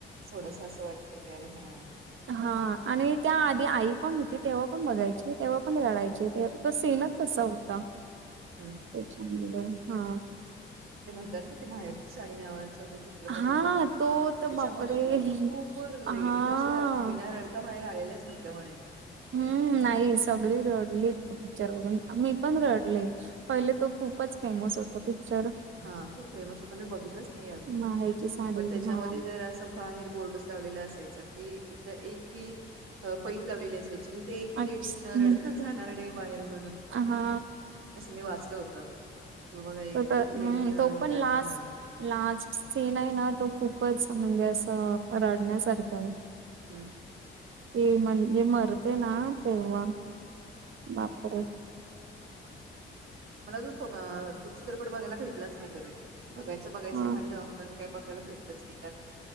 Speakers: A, on the right; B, on the right.
A: थोडस असं वाटतं की अरे हा
B: हा आणि त्या आधी आई पण होती तेव्हा पण बघायची तेव्हा पण रडायची ते तो सीनंच तसा होता
A: हम्म
B: त्याच्यामुळे हा
A: ते म्हणतात ना ते माहेरची साडी न्यावाचा चित्रपट
B: हां,
A: होता ना
B: तो तर
A: त्याच्यामध्ये
B: बापरे!
A: खूप खूप लेडीज
B: हां.
A: अशा बिना रडं ता बाहेर आलेल्याच नव्हत्या म्हणे
B: हम्म नाही सगळी रडली तो पिक्चर बघून मी पण रडली पहिले तो खूपच फेमस होता पिक्चर
A: हा खूप फेमस होता मी बघितलंच नाही अजून
B: माहेरची साडी
A: पण त्याच्यामध्ये
B: हा.
A: जर असं बाहेर बोर्डच लावलेला असायचा कि इथं एक ही पैज लावलेली असायची इथे एक
B: अच्छा
A: ही लेडीज न रडताच जाणार नाही बाहेर म्हणून
B: हा
A: असं मी वाचलं होत की बाबा
B: तो तर- हम्म
A: लेडीज न
B: तो
A: हे
B: पण
A: करता
B: लास्ट
A: हा
B: लास्ट सीन आहे ना तो खूपच म्हणजे असं रडण्यासारखं आहे
A: हम्म
B: ते म्हणजे मरते ना तेव्हा बापरे
A: मला तू तो चित्रपट बघायला भेटलाच नाही कधी बघायचं बघायचं
B: हा.
A: म्हणलं पण का बघायला भेटलंच नाही कारण